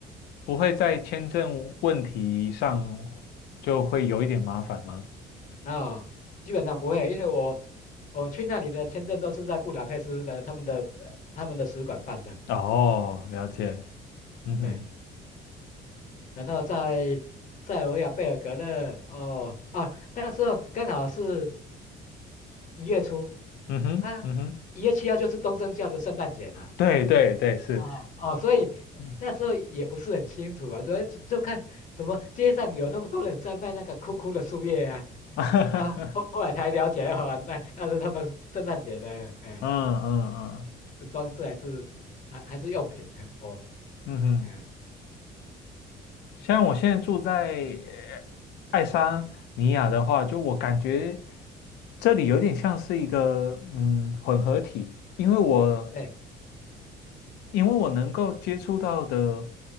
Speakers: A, on the left (about 75°); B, on the left (about 50°).
A: 不会在签证问题上就会有一点麻烦吗？
B: 啊，基本上不会，因为我我去那里的签证都是在布达佩斯的他们的他们的使馆办的，
A: 哦，了解，
B: 嗯，
A: 嗯哼，
B: 对，然后在塞尔维亚贝尔格勒，哦啊，那时候刚好是一月初
A: 嗯哼，
B: 啊，
A: 嗯哼，
B: 一月七号就是东正教的圣诞节嘛，
A: 对对对，是，
B: 啊哦，所以那时候也不是很清楚啊，
A: 嗯，
B: 所以就就看怎么街上有那么多人在卖那个枯枯的树叶啊，
A: <laughs> 嗯
B: 啊，后后来才了解哦，那那是他们圣诞节的，哎
A: 嗯嗯
B: 是装饰还是还还是用品？<laughs> 我
A: 嗯哼，
B: 嗯，
A: 像我现在住在呃爱沙尼亚的话，就我感觉
B: 对
A: 这里有点像是一个嗯混合体，因为我
B: <laughs> 对
A: 因为我能够接触到的